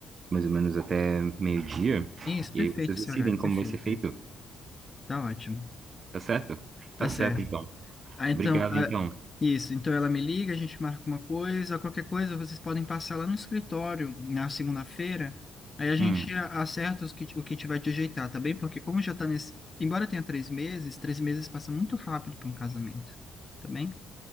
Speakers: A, on the right (about 45°); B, on the left (about 30°).
A: mais ou menos até meio-dia,
B: Isso, perfeito
A: e aí vocês
B: esse
A: decidem
B: horário,
A: como
B: perfeito.
A: vai ser feito,
B: Tá ótimo.
A: tá certo? Tá
B: Tá certo.
A: certo, então.
B: Ah, então,
A: Obrigado,
B: ah,
A: então.
B: isso. Então ela me liga, a gente marca uma coisa, qualquer coisa, vocês podem passar lá no escritório na segunda-feira. Aí a gente
A: Hum,
B: a- acerta os que, o que tiver de ajeitar, tá bem? Porque como já tá nesse. Embora tenha três meses, três meses passa muito rápido para um casamento, tá bem?